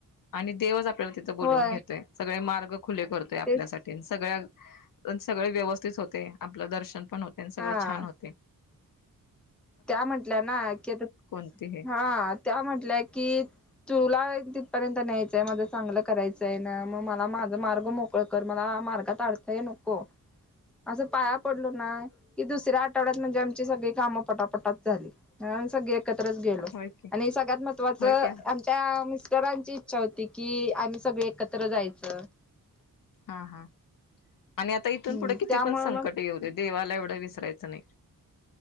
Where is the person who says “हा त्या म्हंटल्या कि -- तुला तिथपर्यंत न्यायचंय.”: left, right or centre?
Centre